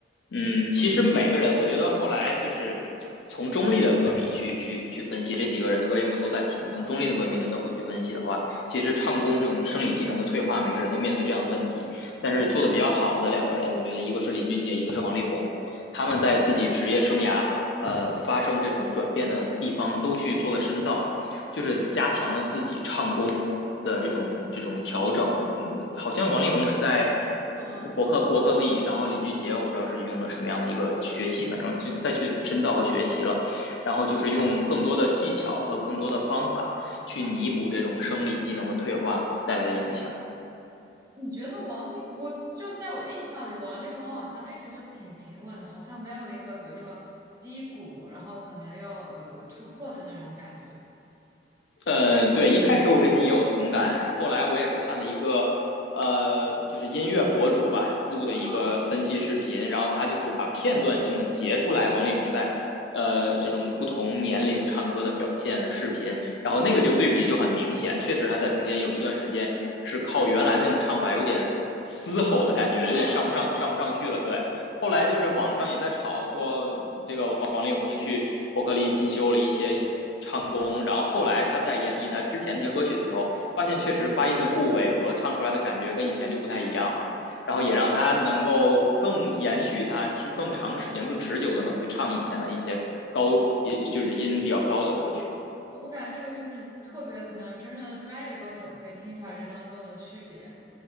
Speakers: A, on the left; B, on the right.
A: 嗯，其实每个人，我觉得后来就是从中立的歌迷去去去分析这几个人的歌，因为我都在听，从中立的歌迷的角度去分析的话，其实唱功这种生理机能的退化，每个人都面对这样的问题。但是做的比较好的两个人，我觉得一个是林俊杰，一个是王力宏，他们在自己职业生涯呃发生这种转变的地方都去做了深造。就是加强了自己唱功的这种这种调整。嗯，好像王力宏是在呃伯克伯克利，
B: 嗯，
A: 然后林俊杰我不知道是用了什么样的一个学习，反正就再去深造和学习了。然后就是用更多的技巧和更多的方法去弥补这种生理机能的退化带来的影响。
B: 你觉得王力，我就在我印象里，王力宏好像一直就挺平稳的，好像没有一个比如说低谷，然后可能又有个突破的那种感觉。
A: 呃，对，一开始我跟你也有同感，是后来我也是看了一个，呃，就是音乐博主吧录的一个分析视频，
B: 嗯
A: 然后他就是把片段性的截出来王力宏在，呃，这种不同年龄唱歌的表现的视频，然后那个就对比就很明显，
B: 嗯。
A: 确实他在中间有一段时间是靠原来那种唱法有点嘶吼的感觉，
B: 嗯哦哦，
A: 有点上不上上不上去了，对。后来就是网上也在吵说，这个王王力宏去伯克利进修了一些唱功，然后后来他在演绎他之前那些歌曲的时候，发现确实发音的部位和唱出来的感觉跟以前就不太一样了，
B: 哦，
A: 然后也让他能够更延续他是更长时间、更持久的能去唱以前的一些高比就是音比较高的歌曲。
B: 我不感觉这个就是特别可能真正的专业歌手可以听出来这当中的区别。